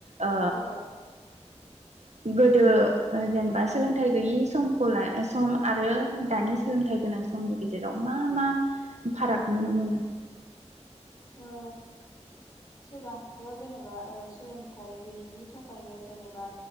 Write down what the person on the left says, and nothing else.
औ औ
ओ सिगांथ' जेनेबा ओ सोलोंथाइ गैयिनि थाखाय ओंखायनो जेनेबा